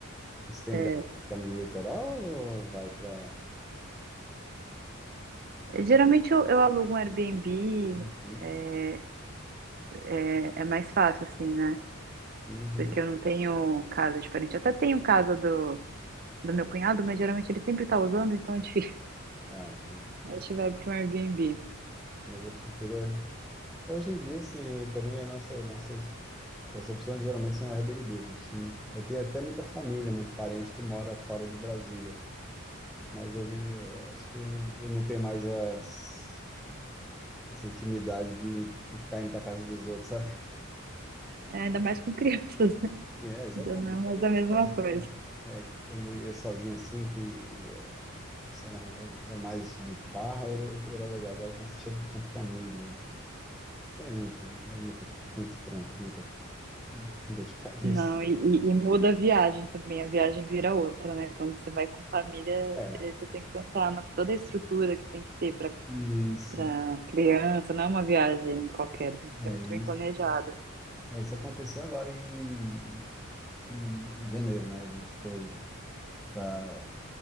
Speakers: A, in the centre; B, on the right.
A: Você tem
B: É,
A: lugar para ficar no litoral ou vai para.
B: geralmente eu, eu alugo um Airbnb,
A: Uhum.
B: é, é, é mais fácil, assim, né?
A: Uhum.
B: Porque eu não tenho casa de parente. Eu Até tenho casa do do meu cunhado, mas geralmente ele sempre tá usando, então é difícil. <laughs>
A: Ah, tem.
B: Aí
A: É,
B: A gente vai para um Airbnb.
A: Mas eu prefiro. é- Hoje em dia, assim, é, também a nossa, nossas Então, as opções geralmente são Airbnb, gente. Eu tenho até muita família, muito parente que mora fora de Brasília, mas hoje eh, acho que eu não tenho mais as, essa intimidade de ficar indo para casa dos outros, sabe?
B: É, ainda mais com crianças, né?
A: É, exatamente.
B: <laughs> já não é mais
A: Quando eu
B: a
A: ia
B: mesma
A: sozinho,
B: coisa.
A: é, quando eu ia sozinho assim, que eh, assim, era, era mais de farra, era, era legal. Agora, quando você chega com família, é muito, é muito, muito trampo, muita <laughs> dor de cabeça.
B: Não, e, e- e muda a viagem também, a viagem vira outra, né? Quando você vai com família,
A: É,
B: eh, você tem que pensar na toda a estrutura que tem que ter para
A: isso,
B: para criança, não é uma viagem qualquer, tem que ser
A: é
B: muito
A: isso.
B: bem planejada.
A: É, isso aconteceu agora em, em janeiro, né? A gente foi para